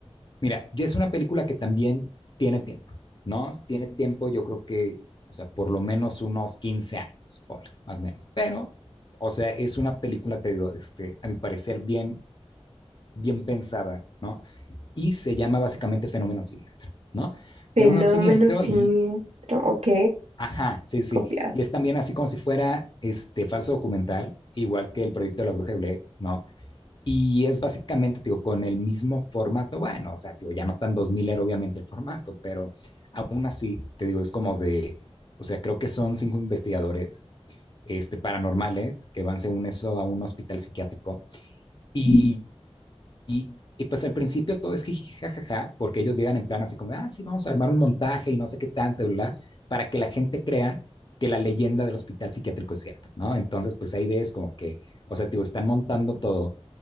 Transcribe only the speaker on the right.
fenómeno
siniestro.
Ok,
copiado.